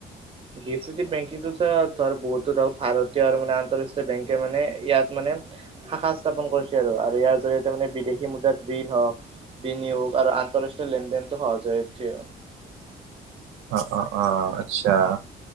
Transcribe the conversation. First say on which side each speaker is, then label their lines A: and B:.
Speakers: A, on the right; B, on the right.
A: গিফ্ট চিটি বেংকিংটো ধৰ বহুতো ধৰক ভাৰতীয় আৰু মানে আন্তঃৰাষ্ট্ৰীয় বেংকে মানে ইয়াত মানে। শাখা স্থাপন কৰিছে আৰু আৰু ইয়াৰ জৰিয়তে মানে বিদেশী মুদ্ৰাত ঋণ হওক। বিনিয়োগ আৰু আন্তঃৰাষ্ট্ৰীয় লেনদেনতটো সহজ হৈ উঠে‌
B: অ' অ' অ' আচ্ছা।